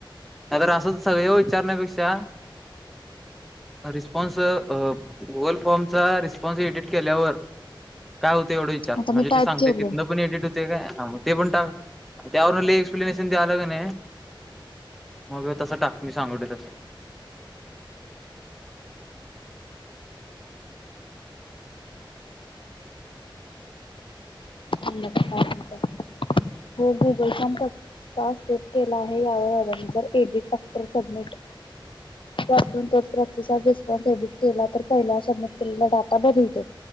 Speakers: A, in the centre; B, on the left (about 75°).
A: अरे असच सगळे विचारण्यापेक्षा रिस्पॉन्स गुगल फॉर्मचा रिस्पॉन्स एडिट केल्यावर काय होत. तेवढ विचार
B: आता
A: म्हणजे
B: मी टाईप
A: ते सांग
B: केलोय
A: ते एडिट हो! ते काय मग ते पण टाक त्यावरून लई एक्सप्लेनेशन ते आलं का नाही. मग तसा टाक मी सांगितलोय तस!
B: <unintelligible> हो गुगल फम कसा सेट केला आहे यावर जर एडिटर सबमिट वापरून तोच प्रतिसाद रिस्पॉन्स एडिट केला तर पहिला सबमिट केलेला डाटा बदलतो.